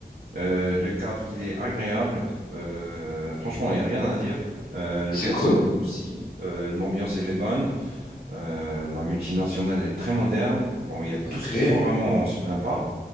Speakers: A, on the right; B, on the left.
A: Euh, le cadre, il est agréable. Euh, franchement, il n'y a rien à dire. Euh, le
B: C'est
A: personnel
B: cool.
A: aussi. Euh, l'ambiance, elle est bonne. Euh, la multinationale, elle est très moderne. Bon, il y a tout
B: Ok.
A: ce qu'il faut vraiment, on se plaint pas.